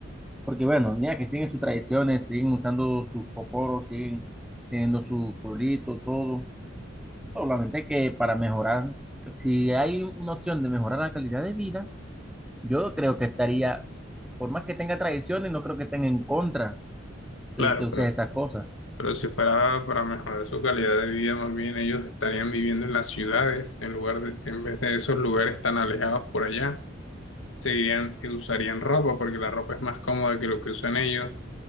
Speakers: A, in the centre; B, on the left.
A: Porque bueno, ya que siguen sus tradiciones, siguen usando sus poporos, siguen teniendo su pueblito, todo. Solamente que para mejorar, si hay una opción de mejorar la calidad de vida, yo creo que estaría, por más que tenga tradiciones, no creo que estén en contra
B: claro,
A: de que uses
B: pero,
A: esas cosas.
B: pero si fuera para mejorar su calidad de vida, más bien ellos estarían viviendo en las ciudades, en lugar de, en vez de esos lugares tan alejados por allá, seguirían, eh, usarían ropa, porque la ropa es más cómoda que lo que usan ellos.